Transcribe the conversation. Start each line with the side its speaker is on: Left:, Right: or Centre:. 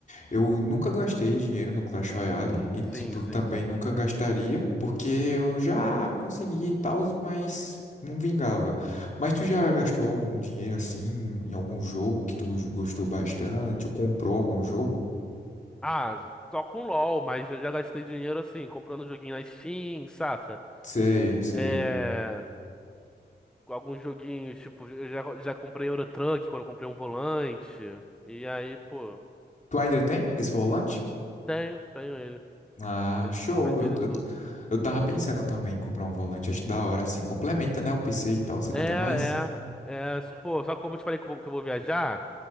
Left: eu nunca gastei dinheiro no Clash Royale e, tipo,
Centre: Sim, sim.
Left: também nunca gastaria, porque eu já consegui e tal, mas não vingava. Mas tu já gastou algum dinheiro assim em algum jogo que tu gostou bastante ou comprou algum jogo?
Centre: Ah, só com LOL, mas eu já gastei dinheiro assim, comprando joguinho na Steam, saca?
Left: Sei, sei.
Centre: É. com Alguns joguinhos, tipo, eu já, já comprei Euro Truck quando eu comprei um volante. E aí, pô,
Left: Tu ainda tem esse volante?
Centre: tenho, tenho ele.
Left: Ah,
Centre: Às,
Left: show.
Centre: às vezes
Left: Eu, eu,
Centre: uso.
Left: eu tava pensando também em comprar um volante. Acho da hora, assim. Complementa, né, o PC e tal. Fica
Centre: É,
Left: até mais.
Centre: é, é, pô, só que como eu te falei que eu vou, que eu vou viajar,